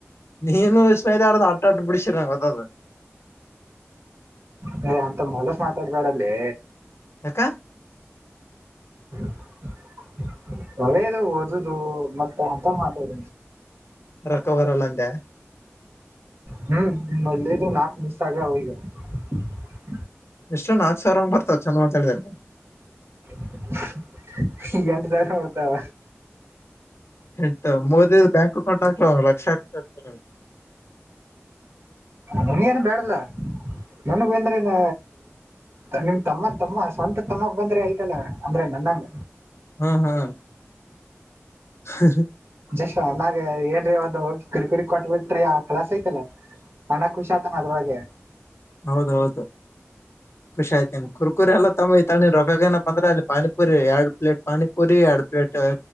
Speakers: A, on the left; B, on the right.
A: ನೀನು ವಿಸ್ಮಲೆ ಯರ ಅಟಾಟ ಪಿಡಿಸಿರಂಗತ್ತ ಅ <unintelligible>
B: <unintelligible> ಹೆ ಮಾತಾಡಬೇಡಲೇ
A: ಯಕ <inaudible>
B: <unintelligible> ಬರಿ ಅದೇ ಓದದು ಮತ್ತೆ ಅಂತವ್ ಮಾತಾಡ
A: ರಕ್ಕಬರಲ್ಲಂಡ್ಯ
B: ಹ್ಮ್ ಮೊದ್ಲೇ ನಾಕ ಮಿಸ್ ಆಗ್ಯಾವ್ ಈಗ <unintelligible>
A: ಎಷ್ಟೊ ನಾಕ್ ಸಾವಿರ ಹಂಗ್ ಬರ್ತಾವ ಚಂದ ಮಾತಾಡಿದ್ರ.
B: <unintelligible> ಎಂಟು ಬೇಕಾ ಹುಟ್ಟಾವ
A: ಎಂಟ ಮೋದಿ ಬ್ಯಾಂಕ್ ಅಕೌಂಟ್ ಹಾಕ್ಲ ಲಕ್ಷ ಹಾಕ್ತತಾರೆ
B: ನಿನಗೇನು ಬ್ಯಾಡಲ ನನ್ಗ್ ಬಂದ್ರೆ ನ ನಿಮ್ ತಮ್ಮ ತಮ್ಮ ಸ್ವಂತ ತಮ್ಮಗ್ ಬಂದ್ರೆ ಐತಲ್ಲ ಅಂದ್ರೆ ನನಗ
A: ಹ್ಮ್ ಹ್ಮ್ <inaudible>
B: ಜಸ್ಟ್ ಅಣ್ಣಗೆ ಏನ್ರೀ ಒಂದು ಕಿರಿಕುರಿ ಕೊಟ್ ಬಿಟ್ರಿ ಆ ಕಲಾಸ ಐತಲ್ಲ ಅಣ್ಣ ಖುಷಿಯಾತಣ್ಣ ಅದ್ರಲ್ಲಿ
A: ಹೌದ ಹೌದು ಖುಷಿ ಆಯ್ತ ನಿಮಗೆ ಕುರ್ಕುರೆ ಎಲ್ಲ ತಕೊಂಡು ತಕೊಳ್ಳಿ ರೊಕ್ಕಾಗೆ ಏನಪ್ಪಾ ಅಂದ್ರೆ ಪಾನಿಪುರಿ ಎರಡು ಪ್ಲೇಟ್ ಪಾನಿಪುರಿ ಎರಡು ಪ್ಲೇಟ್